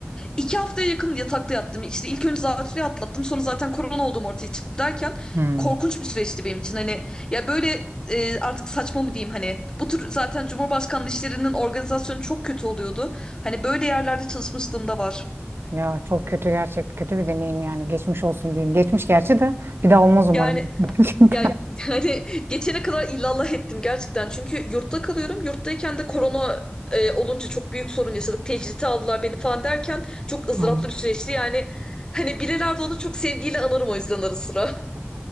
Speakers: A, on the left (about 20°); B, on the right (about 70°).
A: İki haftaya yakın yatakta yattım. İşte ilk önce zatürreyi atlattım. Sonra zaten korona olduğum ortaya çıktı derken
B: Hmm.
A: korkunç bir süreçti benim için. Hani ya böyle e, artık saçma mı diyeyim hani bu tür zaten Cumhurbaşkanlığı işlerinin organizasyonu çok kötü oluyordu. Hani böyle yerlerde çalışmışlığım da var.
B: Ya çok kötü gerçek. Kötü bir deneyim yani. Geçmiş olsun diyeyim. Geçmiş gerçi de bir daha olmaz umarım.
A: Yani
B: <laughs> Gerçekten.
A: ya <laughs> hani geçene kadar illallah ettim gerçekten. Çünkü yurtta kalıyorum. Yurttayken de korona e, olunca çok büyük sorun yaşadık. Tecridi aldılar beni falan derken çok ızdıraplı
B: Aa.
A: bir süreçti. Yani hani birilerde onu çok sevgiyle anarım o yüzden ara sıra.